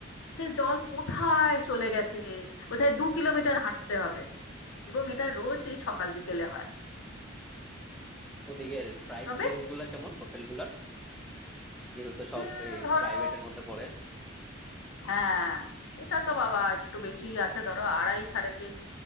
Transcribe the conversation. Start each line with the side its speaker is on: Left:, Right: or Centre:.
Left: যে জল কোথায় চলে গেছে কোথায় দু কিলোমিটার হাঁটতে হবে এবং এটা রোজই সকাল বিকেলে হয়
Centre: ওদিকে প্রাইস
Left: তবে
Centre: রেঞ্জ গুলা কেমন হোটেল গুলার যেহেতু সব
Left: উম, ধরো
Centre: প্রাইভেটের মধ্যে পড়ে
Left: হ্যাঁ এটা তো বাবা একটু বেশি আছে ধরো আড়াই সাড়ে তিন